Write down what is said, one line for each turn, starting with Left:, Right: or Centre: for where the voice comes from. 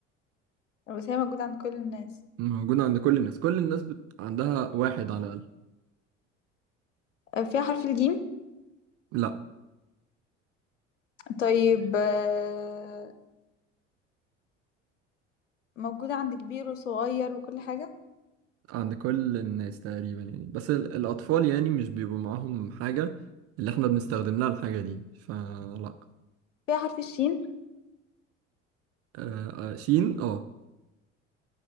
Left: بس هي موجوده عند كل الناس
Right: موجودة عند كل الناس كل الناس بت... عندها واحد على الأقل
Left: آه، فيها حرف الجيم
Right: لا
Left: طيب آه، موجودة عند كبير وصغير وكل حاجة
Right: عند كل الناس تقريبا يعني بس ال... الأطفال يعني مش بيبقوا معاهم حاجة اللي احنا بنستخدم لها الحاجة دي فلا
Left: فيها حرف الشين
Right: آه، آه، شين اه